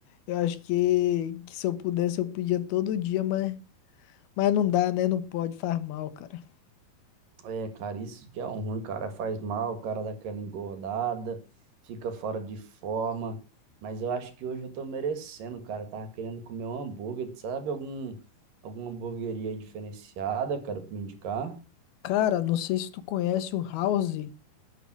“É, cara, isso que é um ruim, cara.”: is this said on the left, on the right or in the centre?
Right